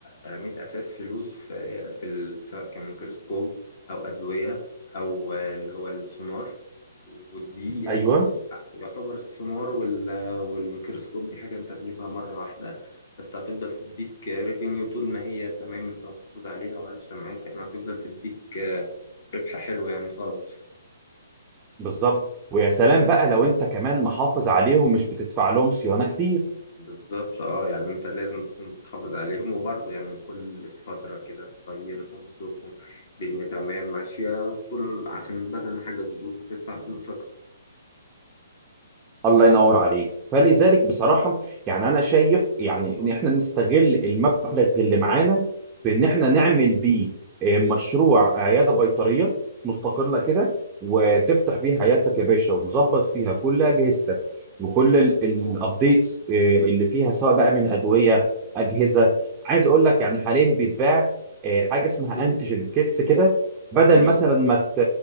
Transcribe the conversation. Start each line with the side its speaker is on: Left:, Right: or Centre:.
Left: رميت اساس فلوس في في ال- سواء كان ميكروسكوب او ادوية او اللي هو السونار ودي يعني
Right: ايوه
Left: يعتبر السونار وال- والميكروسكوب دي حاجة انت تجيبها مرة واحدة بس هتفضل تديك ريفينيو طول ما هي تمام انت محافظ عليها وعايشة معاك يعني هتفضل تديك ربح حلو يعني خالص
Right: بالظبط ويا سلام بقى لو انت كمان محافظ عليهم مش بتدفع لهم صيانه كتير
Left: بالظبط اه يعني انت لازم تكون بتحافظ عليهم وبرضه يعني كل فترة كده تصينهم تشوفهم الدنيا تمام ماشية وطول عشان بدل ما حاجة تبوظ هتدفع فلوس أكتر
Right: الله ينور عليك فلذلك بصراحه يعني انا شايف يعني ان احنا نستغل المبلغ اللي معانا في ان احنا نعمل بيه آه، مشروع عياده بيطريه مستقله كده وتفتح بيها عيادتك يا باشا ومظبط فيها كل اجهزتك وكل الابديتس اللي فيها سواء بقى من ادويه اجهزه عايز اقول لك يعني حاليا بيتباع آه، حاجه اسمها
Left: مم.
Right: انتيجين كيتس كده بدل
Left: مم.
Right: مثلا ما ت...